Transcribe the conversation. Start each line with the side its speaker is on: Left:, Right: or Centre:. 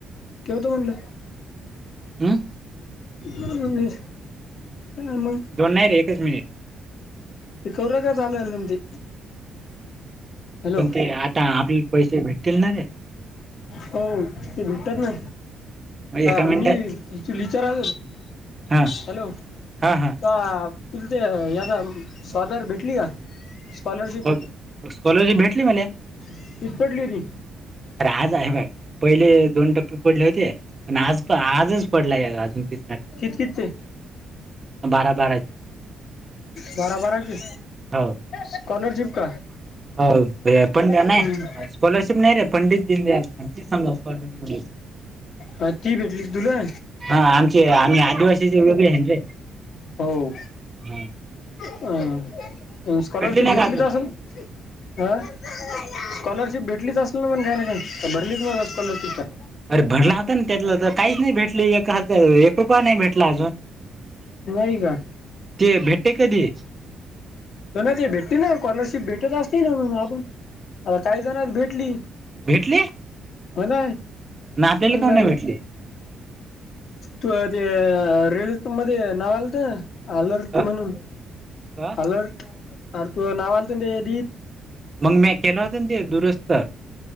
Left: ठवतो म्हणलं
Right: हम्म
Left: आणि ह म
Right: दोन नाही र एकच मिनिट
Left: ते कररा का चालू आहेल तुमची हॅलो
Right: पण ते आता आपले पैसे भेटतील ना रे
Left: हो ते भेटतात ना
Right: एका
Left: र
Right: मिनिटात
Left: मी त तुच रा
Right: हा
Left: हॅलो आ
Right: हा हा.
Left: तुला ते या स्ॉजर भेटली का स्कॉलरशिप
Right: हो स्कॉलची भेटली मला
Left: किती पडली ती
Right: राजज आहे बाई पहिले दोन टप्पे पडले होते आणि आज आजच पडलाय अजून तिथ
Left: किती किती ते
Right: बारा बाराचे
Left: बारा बाराची
Right: हो
Left: स्कॉलरशिप का
Right: हो पण घ
Left: हम्म.
Right: नाही स्कॉलरशिप नाही रे पंडित दिनदयालच समजा स्कॉलरशिप
Left: ह ती भेटली तुला
Right: हा आमचे आम्ही आदिवासीचे वेगळे आहे रे
Left: हो
Right: ह
Left: स्कॉलरशिप
Right: नाही
Left: भेटली
Right: का अजून
Left: तर असेल ह स्कॉलरशिप भेटलीच असेल ना पण काय ना काय भरलीच ना स्कॉलरशिपच्या
Right: अरे भरला होता ना त्यातलं तर काहीच नाही भेटली एक रुपय नाही भेटला अजून
Left: नाही का
Right: ते भेटते कधी
Left: ना ते भेटते ना स्कॉलरशिप भेटत असते ना आपण आता काही जण भेटली
Right: भेटले
Left: हो नाय
Right: ना आपल्याला
Left: म्हणग
Right: का नाही भेटले
Left: तू ते रेल मध्ये नाव आलत अलर्ट
Right: अ?
Left: म्हणून
Right: अ?
Left: अलर्ट तू नावालत ते द
Right: मग मी केलं होत ते दुरुस्त